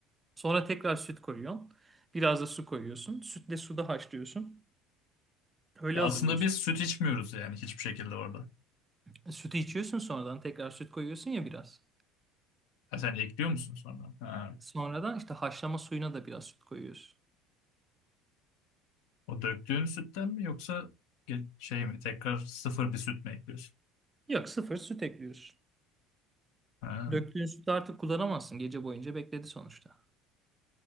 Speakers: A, on the right; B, on the left.
A: Sonra tekrar süt koyuyorsun. Biraz da su koyuyorsun. Sütle suda haşlıyorsun. Öyle
B: Ya
A: hazırlıyorsun.
B: aslında biz süt içmiyoruz yani hiçbir şekilde orada.
A: E, Sütü içiyorsun sonradan tekrar süt koyuyorsun ya biraz.
B: Ha sen ekliyor musun sonra? Ha.
A: Sonradan işte haşlama suyuna da biraz süt koyuyorsun.
B: O döktüğün sütten mi yoksa ge- şey mi tekrar sıfır bir süt mü ekliyorsun?
A: Yok sıfır süt ekliyorsun.
B: Ha.
A: Döktüğün sütü artık kullanamazsın. Gece boyunca bekledi sonuçta.